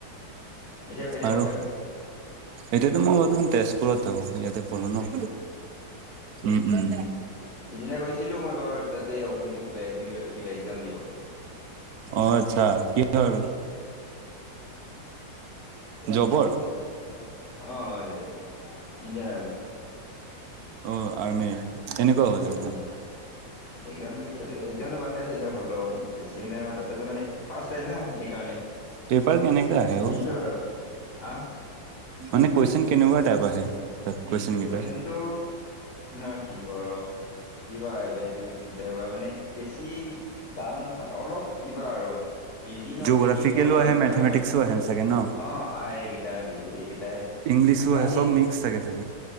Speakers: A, on the left; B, on the right.
A: এতিয়া এতিয়া
B: আৰু
A: ক'ত থাকা
B: এতিয়াতো মই বৰ্তমান তেজপুৰত থাকো ইয়াতে পঢ়ো ন উ উ
A: সদিনা গৈছিলো মই বাৰু তাতে অ্ কিবা এগজ কিবা এক্জাম দিব
B: অ আচ্ছা কি বাৰু
A: এইটো তোমাৰ
B: জবৰ
A: পাৰা অ এই ইণ্ডিয়া আৰ্মি
B: অ আৰ্মিৰ এনেকুৱা হ'ল একজাম
A: অ এক্জামটো এতিয়ালকে এক্জামতটো ভালে আছিলে হলে বেছিও নাই ম তাপি মানে ফাচতাইম না সেইকাৰণে
B: পেপাৰ কেনেকে আহে
A: দিলো
B: অ
A: আৰু আহ
B: মানে কইচন কেনেকুৱা টাইপৰ আহে তাত কুৱেশন কেইটা
A: কুৱেশচনতো ন কি কৰো কিবা এইব দুই তিনিটাবা মানে বেছি তানো নাই অলপ কিবা আৰু ইজি ন
B: জিঅ'গ্ৰাফিকেলো
A: ইজিও নহয়
B: আহে
A: অলপ
B: মেথমেটিক্সো
A: টান বাৰু
B: আহে চাগে ন
A: অ আহ কেইটাজিকে এই কেটাই
B: ইংলিছো
A: কালি
B: আহে চব মিক্স থাকে চাগে